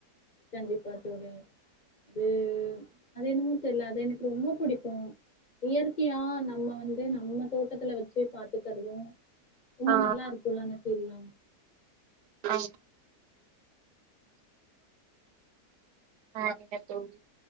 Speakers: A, on the left (about 30°); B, on the right (about 80°).
A: கண்டிப்பா தோலி அது அது என்னமும் தெர்ல அது எனக்கு ரொம்ப புடிக்கும் இயற்கையா நம்ம வந்து நம்ம தோட்டத்துல வச்சி பாத்துக்கறதும் ரொம்ப
B: ஆ
A: நல்லா இருக்கும்ல்ல அந்த ஃபீல்லாம்
B: ஆ <inaudible> ஆங்க தோலி